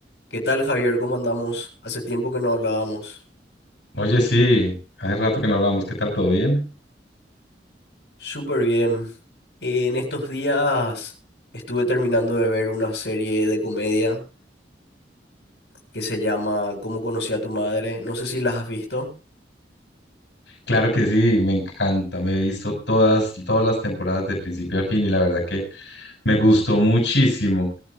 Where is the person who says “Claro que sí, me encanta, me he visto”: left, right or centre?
Left